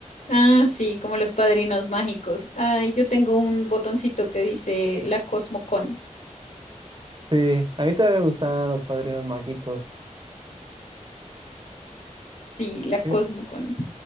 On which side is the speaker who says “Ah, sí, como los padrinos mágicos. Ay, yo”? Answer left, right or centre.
Left